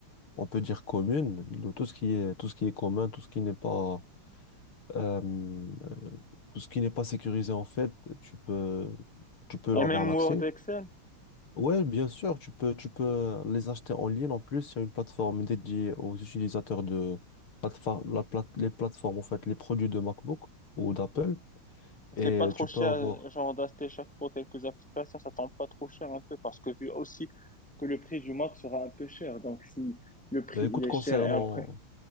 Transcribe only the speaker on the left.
on peut dire, communes, de tout ce qui est, tout ce qui est commun, tout ce qui n'est pas, euh, euh, tout ce qui n'est pas sécurisé, en fait, tu peux, tu peux
avoir
l'accès.
Ouais, bien sûr, tu peux, tu peux les acheter en ligne. En plus, il y a une plateforme dédiée aux utilisateurs de plateforme, la plate- les plateformes, en fait, les produits de MacBook ou d'Apple.
Et
tu
peux avoir.
Ben,
écoute,
concernant